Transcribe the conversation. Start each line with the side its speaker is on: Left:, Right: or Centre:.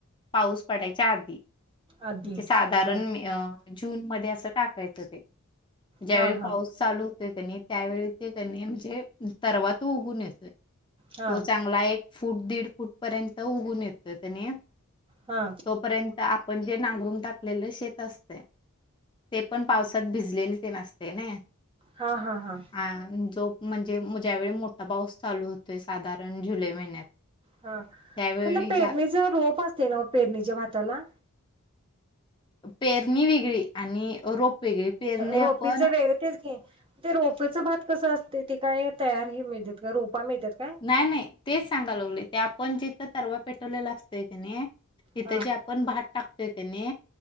Left: पाऊस पडायच्या आधी.
Right: आधी
Left: म्हणजे साधारण
Right: बर
Left: जून मध्ये असं टाकायचं ते ज्यावेळी
Right: हा हा
Left: पाऊस चालू होतय कणी त्यावेळेस ते कणी म्हणजे तरवा तो उगुन येतोय.
Right: हा
Left: तो चांगला एक फूट दीड फूट पर्यंत उगून येतोय कणी
Right: हा
Left: तोपर्यंत आपण जे नांगरून टाकलेले शेत असतय ते पण पावसात भिजलेल तेन असतय नई
Right: हा हा हा.
Left: हो जो म्हणजे ज्यावेळी मोठा पाऊस चालू होतोय साधारण जुलै महिन्यात
Right: हा अखंड
Left: त्यावेळी
Right: पेरणीच
Left: ज्या
Right: रोप असतय नव पेरणीच्या भाताला
Left: पेरणी वेगळी आणि रोप वेगळी. पेरणी
Right: रोपीच
Left: आपण
Right: वेगळ तेच की ते रोपेच भात कसं असतय ते काय तयार हे मिळत्यात का रोपा मिळत्यात
Left: नाही नाही तेच सांगा लागलोय ते आपण जिथं तरवा पेटवलेला असतय कणी तिथं
Right: हा
Left: जे आपण भात टाकतोय कणी